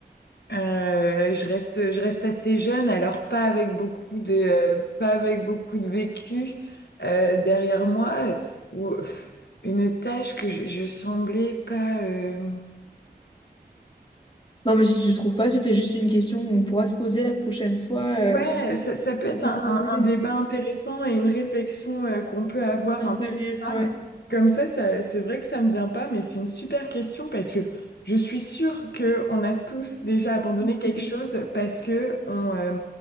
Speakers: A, on the left; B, on the left.
A: Euh, je reste, je reste assez jeune, alors pas avec beaucoup de, euh, pas avec beaucoup de vécu euh, derrière moi, euh, ou pff, une tâche que je, je semblais pas. euh,
B: Non, mais si tu ne trouves pas, c'était juste une question qu'on pourra se poser la prochaine fois. euh,
A: Ouais, ça, ça peut
B: on
A: être
B: peut
A: un,
B: se poser.
A: un- un débat intéressant et une réflexion euh, qu'on peut avoir
B: Intérieur,
A: un peu plus tard.
B: ouais.
A: Comme ça, ça, c'est vrai que ça me vient pas, mais c'est une super question parce que je suis sûre que on a tous déjà abandonné
B: Mm,
A: quelque chose parce que on, euh,